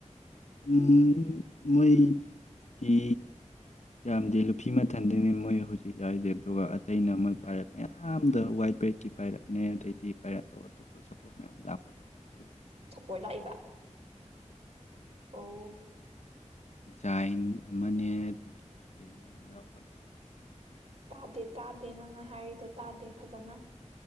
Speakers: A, on the left; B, on the right.
A: <unintelligible> ꯃꯤ ꯗꯤ ꯌꯥꯝꯗꯦ ꯂꯨꯐꯤ ꯃꯥꯊꯟꯇꯥꯅꯦ ꯃꯣꯏ ꯍꯧꯖꯤꯛ ꯌꯥꯎꯖꯦ ꯑꯗꯨꯒ ꯑꯇꯩꯅ ꯃꯣꯏ ꯄꯥꯏꯔꯠ ꯃꯥꯌꯥꯝꯗꯣ ꯍ꯭ꯋꯥꯠ ꯕ꯭ꯔꯦꯛꯀꯤ ꯄꯥꯏꯔꯠꯅꯦ ꯑꯗꯩꯗꯤ ꯄꯥꯏꯔꯠ ꯑꯇꯣꯞ ꯑꯇꯣꯞꯄꯁꯨ ꯁꯥꯄ꯭ꯔꯣꯠ ꯃꯥꯌꯥꯝꯁꯨ ꯂꯥꯛꯄꯗꯣ ꯑꯗꯨꯒꯤ
B: ꯁꯥꯄ꯭ꯔꯣꯠ ꯂꯥꯛꯏꯕ ꯑꯣ
A: ꯖꯥꯏꯟ ꯑꯃꯅꯦ ꯑꯥꯗꯩ ꯀꯩ ꯀꯩꯅꯦ ꯃꯥꯌꯥꯝ ꯌꯥꯎꯕꯅꯦ
B: ꯇꯥꯗꯦ ꯇꯥꯗꯦ ꯅꯪ ꯍꯥꯏꯔꯤꯗꯣ ꯇꯥꯗꯦ ꯐꯖꯅ